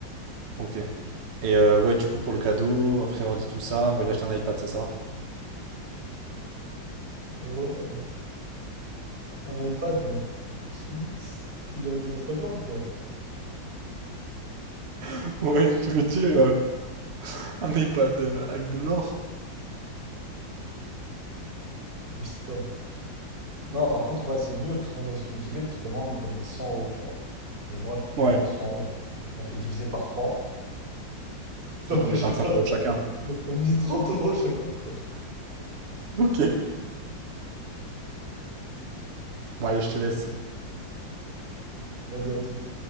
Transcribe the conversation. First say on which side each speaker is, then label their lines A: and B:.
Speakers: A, on the right; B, on the right.
A: Ok. Et euh, ouais, du coup, pour le cadeau, après avoir dit tout ça, on va lui acheter un iPad, c'est ça?
B: Ouais, un iPad, mais celui celui à 250 quoi.
A: <laughs> Ouais, tu veux dire euh, un iPad euh, avec de l'or?
B: Abuse pas. Non, par contre, ouais, c'est mieux que ce qu'on a celui d'email parce qu'au moins on économise 100 euros, tu vois. Et moi je peux pas
A: Ouais.
B: mettre 100 euros donc on fait diviser par trois Ça
A: Donc
B: fait
A: on met
B: chacun.
A: 25 euros chacun.
B: On économise 30 euros chacun quoi.
A: Ok. Bon, allez, je te laisse.
B: Vas-y à toute.